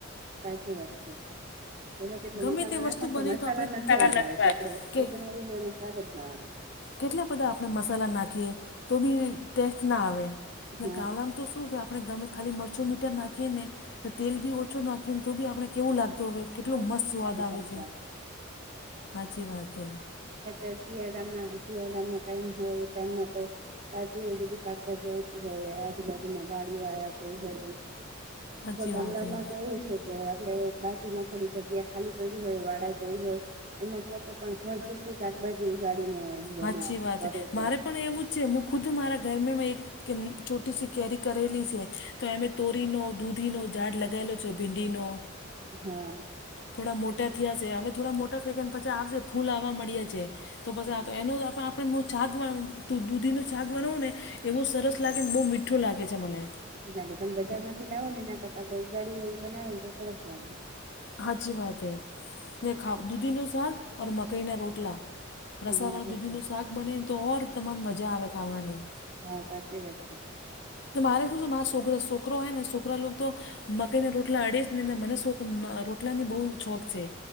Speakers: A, on the right (about 40°); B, on the left (about 60°).
A: સાચું વાત છે. ગમે તેટલો મસાલો
B: ગમે તે
A: નાખવાનું
B: વસ્તુ
A: તો
B: બને
A: મસાલાનો
B: આપણે
A: જ
B: કેટલા
A: સ્વાદ આવે છે આપડે વસ્તતો
B: કે
A: બનાવી લ એનો સ્વાદ જ ના આવે.
B: કેટલા બધા આપણે મસાલા નાખીએ, તો બી ટેસ્ટ ના આવે. ને
A: હા
B: ગામડામાં તો શું કે આપણે ગમે ખાલી મરચું મીટર નાખીએ ને, તેલ બી ઓછો નાખીએને તો બી આપણે કેવું લાગતું હવે. કેટલોું
A: બહુ મીઠું
B: મસ્ત સ્વાદ
A: લાગે
B: આવે
A: જમવાનું
B: છે, સાચી વાત છે.
A: અ શિયાળામાં શિયાળાનો ટાઈમ હોય એ ટાઈમમાં તો કાજુ બધું શાકભાજી આવતું હોય આજુબાજુમાં વાડીઓ આવ્યા કો હોય.
B: હાચી
A: અ ગામડા
B: વાત હે
A: માં તો એવું છે કે આપણે બાજુમાં થોડી જગ્યા ખાલી પડી હોય વાડા જવું હોય, એમાં પોતે પણ ભરપૂર તો શાકભાજી ઉગાળડીને બના
B: હાચી વાત હે
A: કરે છે.
B: મારે પણ એવું જ છે હું ખુદ મારા ઘરમે મેં એક કે ચોટી સી કેરી કરેલી છે, તો એમે તોરીનો દૂધીનો ઝાડ લગાવેલો છો ભીંડીનો.
A: હા.
B: થોડા મોટા થયા છે હવે થોડા મોટા થઈ ગયા ને પછા આવશે ફૂલ આવવા મળ્યા છે. તો પછ તો એનો પણ હું શાક દૂધીનું શાક બનાવું ને, એ બહુ સરસ લાગે ને બહુ મીઠું લાગે છે મને.
A: લાગે તમે બજાર માંથી લાવો ને એ ના કરતા આપડે ઉગાડી્યું હોય એ બનાવે ને તો સરસ લાગે.
B: સાચી વાત હૈ, ને ખા દૂધી નો સાક. ઓર મકાઈના રોટલા, રસાવાળા
A: હા સાચી
B: દૂધીનું શાક બને તો ઓર તમાને મજા આવે ખાવાની.
A: હા સાચી વાત છે.
B: તો મારે શું હ છોક છોકરો એ ને છોકરા લો તો મકાઈને રોટલા અડે જ નેને મને શોખ રોટલા ની બહુ શોખ છે.